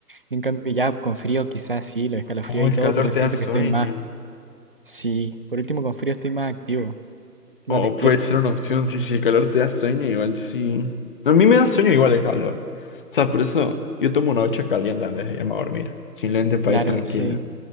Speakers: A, on the right; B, on the left.
A: En cambio ya con frío quizás sí, los escalofríos
B: Oh,
A: y
B: el
A: todo,
B: calor
A: pero
B: te
A: siento
B: da sueño.
A: que estoy más, sí, por último con frío estoy más activo, más
B: O
A: despierto.
B: puede ser una opción, sí, si el calor te da sueño, igual sí. A mí me da sueño igual el calor. O sea, por eso yo tomo una ducha caliente antes de irme a dormir. Simplemente para
A: Claro,
B: ir tranquila.
A: sí.